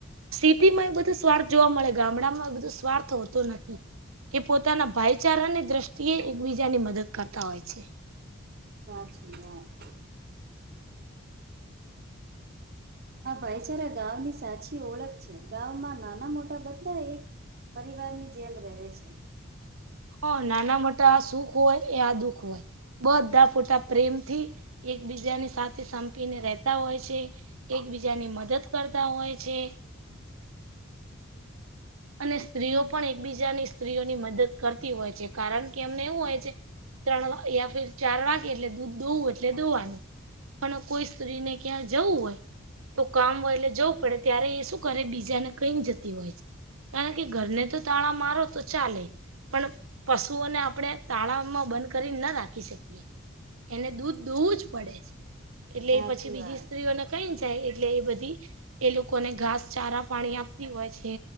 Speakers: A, on the right (about 80°); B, on the right (about 50°).
A: સ્થિતટી માં એ બધું સ્વાર્થ જોવા મળે ગામડામાં એ બધું સ્વાર્થ હોતો નથી. એ પોતાના ભાઈચારાની દ્રષ્ટિએ એકબીજાની મદદ કરતા હોય છે.
B: સાચ્રી વાત. આ ભાઈચારા ગની સાચી ઓળખ છે, ગમાં નાના મોટા બધા એક. પરિવારની જેમ રહે છે.
A: હ, નાના મોટા આ સુખ હોય એ આ દુખ હોય. બધા ફોટા પ્રેમથી એકબીજાની સાથે સંપીને રેતા હોય છે. એકબીજાની મદદ કરતા હોય છે. અને સ્ત્રીઓ પણ એકબીજાની સ્ત્રીઓની મદદ કરતી હોય છે, કારણ કે એમને એવું હોય છે. ત્રણ યા ફર ચાર વાગે એટલે દૂધ દોવું એટલે દોવાનું. પણ કોઈ સ્ત્રીને ક્યાં જવું હોય. તો કામ વયલે જવું પડે ત્યારે એ શું કરે બીજાને કઈ જતી હોય છે. કારણ કે ઘરને તો તાણા મારો તો ચાલે પણ પશુઓને આપણે તાળાવમાં બંધ કરી ના રાખી શકીએ. એને દૂધ દોવું જ પડે છે, એટલે
B: સાચી
A: એ પછી બીજી
B: વાત
A: સ્ત્રીઓને કઈ જાય એટલે એ બધી એ લોકોને ઘાસચારા પાણી આપતી હોય છે.